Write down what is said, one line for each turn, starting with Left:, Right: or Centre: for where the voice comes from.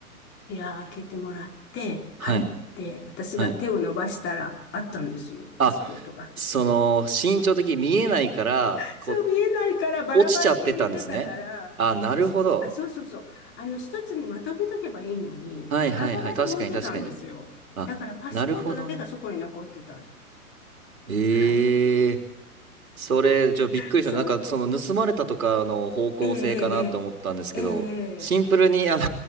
Left: 部屋開けてもらって、
Right: はい。
Left: 入って、私が手を伸ばしたら、
Right: はい。
Left: あったんですよ、
Right: あ、
Left: パスポートが。
Right: その、身長的に見えないから、
Left: そう見えないから、
Right: こう、
Left: バラバラで入れてたから、
Right: 落ちちゃってたんですね。あ、なるほど。
Left: 落ちてる、あ、そうそうそう。あの、一つにまとめとけばいいのに、
Right: はいはいはい。
Left: バラバラで置いてたんですよ。
Right: 確かに確かに。あ、
Left: だから、パスポートだけがそこに残ってた。
Right: なるほどね。ええ
Left: はい。
Right: それ、ちょ、びっくりした。
Left: そう。
Right: なんか、その、盗まれたとかの方向性かなって思ったんですけど、
Left: ええ、ええ、ええ、
Right: シンプルに、
Left: ええ
Right: あの